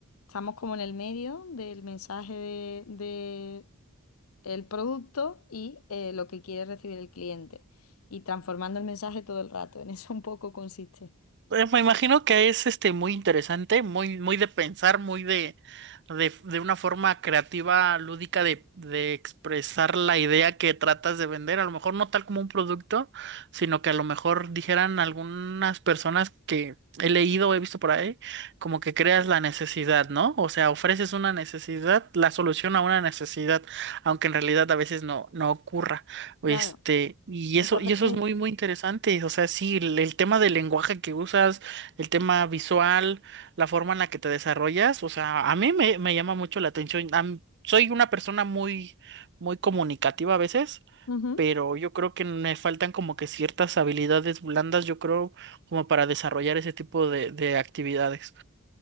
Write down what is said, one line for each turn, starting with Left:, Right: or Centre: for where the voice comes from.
Left: estamos como en el medio del mensaje de, de el producto y eh, lo que quiere recibir el cliente y transformando el mensaje todo el rato, en eso un poco consiste.
Right: Eh, Me imagino que es este muy interesante, muy, muy de pensar, muy de, de, de una forma creativa, lúdica de, de expresar la idea que tratas de vender. A lo mejor no tal como un producto, sino que a lo mejor dijeran algunas personas que he leído, o he visto por ahí, como que creas la necesidad, ¿no? O sea, ofreces una necesidad, la solución a una necesidad, aunque en realidad a veces no, no ocurra. Este,
Left: Claro,
Right: y eso,
Left: muchas
Right: y
Left: veces.
Right: eso es muy, muy interesante. O sea, sí, el, el tema del lenguaje que usas, el tema visual, la forma en la que te desarrollas, o sea, a mí me, me llama mucho la atención. Am- soy una persona muy, muy comunicativa a veces,
Left: Ujú.
Right: pero yo creo que me faltan como que ciertas habilidades blandas, yo creo, como para desarrollar ese tipo de, de actividades.